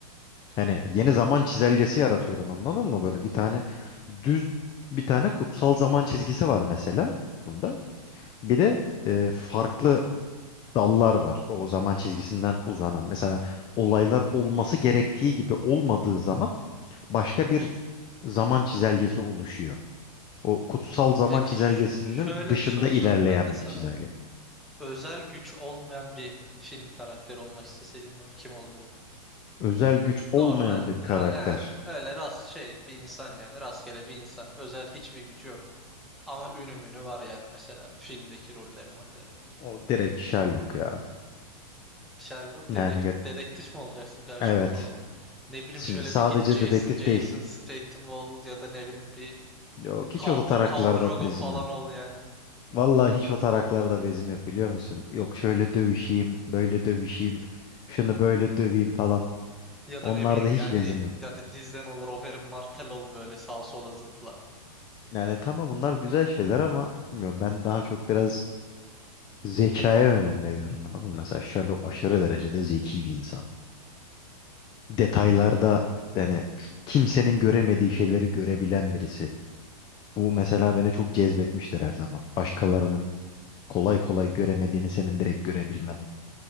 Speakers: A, on the left; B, in the centre.
A: Hani yeni zaman çizelgesi yaratıyorum anladın mı? Böyle bir tane düz bir tane kutsal zaman çizgisi var mesela bunda.
B: Hı hı.
A: Bir de e, farklı dallar var. O zaman çizgisinden uzanan. Mesela olaylar olması gerektiği gibi olmadığı zaman başka bir zaman çizelgesi oluşuyor. O kutsal zaman
B: Peki
A: çizelgesinin
B: ş- şöyle
A: dışında
B: bir soru
A: ilerleyen
B: sorayım ben de sana.
A: bir çizelge.
B: Özel güç olmayan bir film karakteri olmak isteseydin kim olurdu?
A: Özel güç olmayan
B: Normal
A: bir
B: ra-
A: karakter.
B: yani öyle rast şey bir insan yani rastgele bir insan. Özel hiçbir gücü yok. Ama ünü münü var yani mesela filmdeki rolleri molleri.
A: O direkt Sherlock ya.
B: Sherlock
A: Yani
B: dedek
A: ge-
B: dedektif mi olacaksın karşıma
A: evet.
B: ola ola? Ne bileyim
A: Şimdi
B: şöyle
A: sadece
B: bir git Jason
A: dedektif
B: Jason
A: değil.
B: Statham ol ya da ne bileyim bir
A: Yok
B: Kaldır
A: hiç o taraklarda
B: Kaldrogo
A: bezim
B: falan
A: yok.
B: ol yani.
A: Vallahi hiç o taraklarda bezim yok biliyor musun? Yok şöyle dövüşeyim, böyle dövüşeyim, şunu böyle döveyim falan.
B: Ya
A: Onlarda
B: da ne bileyim
A: hiç
B: yani
A: bezim yok.
B: hadi dizden olur Oberyn Martell ol böyle sağa sola zıpla.
A: Yani tamam bunlar güzel şeyler ama bilmiyorum ben daha çok biraz zekaya önem veriyorum anladın mı? Mesela Sherlock aşırı derecede zeki bir insan. detaylarda yani kimsenin göremediği şeyleri görebilen birisi. Bu mesela beni çok cezbetmiştir her zaman. Başkalarının kolay kolay göremediğini senin direkt görebilmen.